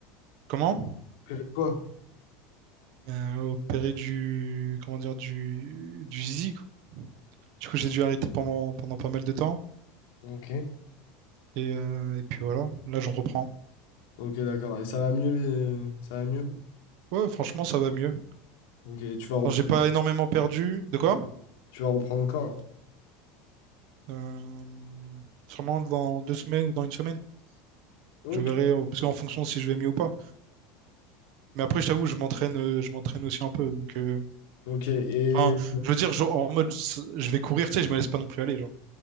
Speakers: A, on the right (about 55°); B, on the left (about 75°).
A: Comment?
B: Opéré de quoi?
A: euh, opéré du, comment dire, du, du zizi, quoi. Du coup, j'ai dû arrêter pendant, pendant pas mal de temps.
B: Ok.
A: Et, euh, et puis voilà, là, je reprends.
B: Ok, d'accord. Et ça va mieux, euh, ça va mieux?
A: Ouais, franchement, ça va mieux.
B: Ok, tu vas reprendre,
A: Enfin, j'ai pas énormément perdu. De quoi?
B: tu vas reprendre quand, là?
A: Euh, sûrement dans deux semaines ou dans une semaine.
B: Ok.
A: Je verrai, euh, parce qu'en fonction si je vais mieux ou pas. Mais après, je t'avoue, je m'entraîne, euh, je m'entraîne aussi un peu. Donc, euh,
B: Ok, et...
A: enfin, je veux dire, genre, en mode, je vais courir, tu sais, je me laisse pas non plus aller, genre.